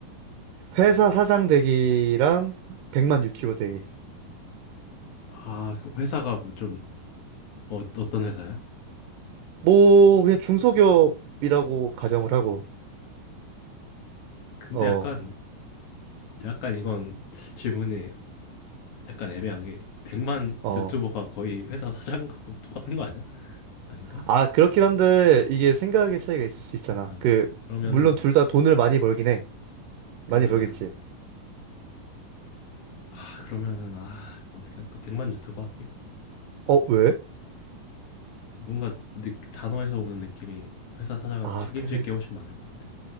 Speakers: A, on the right; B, on the left.
A: 회사 사장 되기랑 백만 유튜버 되기.
B: 아 그 회사가 뭐 좀 어 어떤 회사야?
A: 뭐 그냥 중소기업이라고 가정을 하고.
B: 근데
A: 어,
B: 약간 약간 이건 질문이 약간 애매한 게 100만
A: 어.
B: 유튜버가 거의 회사 사장하고 똑같은 거 아니야? 아닌가?
A: 아, 그렇긴 한데 이게 생각의 차이가 있을 수 있잖아.
B: 아
A: 그
B: 그러면은
A: 물론 둘 다 돈을 많이 벌긴 해.
B: 그러면은
A: 많이 벌겠지.
B: 아 그러면은 아뭐 어떻게 할까? 100만 유튜버 할게.
A: 어, 왜?
B: 뭔가 느, 단어에서 오는 느낌이 회사 사장은
A: 아,
B: 책임질
A: 그래?
B: 게 훨씬 많을 것 같아.